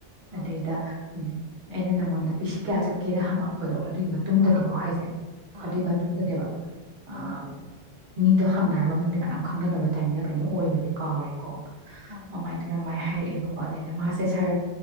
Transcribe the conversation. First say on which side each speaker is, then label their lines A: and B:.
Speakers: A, on the right; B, on the right.
A: ꯑꯥ
B: ꯑꯗꯦꯗ ꯎꯝ ꯑꯩꯅ ꯅꯪꯉꯣꯟꯗ ꯄꯁꯤ ꯀꯌꯥ ꯆꯠꯀꯦꯅ ꯍꯪꯉꯛꯄꯗꯣ ꯑꯗꯨꯏ ꯃꯇꯨꯡꯗꯅꯤꯀꯣ
A: ꯑꯥ ꯑꯥ ꯑꯥ
B: ꯍꯥꯏꯁꯦ
A: ꯑꯥ
B: ꯑꯗꯨꯏ ꯃꯇꯨꯡꯗꯅꯦꯕ ꯑ
A: ꯑꯧ
B: ꯃꯤꯗꯣ ꯍꯪꯅꯔ ꯃꯃꯤꯡꯗ ꯀꯅꯥꯝ ꯈꯪꯅꯗꯕ ꯇꯥꯏꯃꯤꯡꯗ ꯀꯩꯅꯣ ꯑꯣꯏꯕꯅꯦ ꯀꯥꯎꯔꯦꯀꯣ ꯑꯃꯥꯏ
A: ꯑꯥ
B: ꯇꯔꯃꯥꯏ ꯍꯥꯏꯔꯛꯑꯦꯕꯀꯣ ꯑꯗꯩꯗ ꯃꯥꯁꯦ ꯁꯥꯔ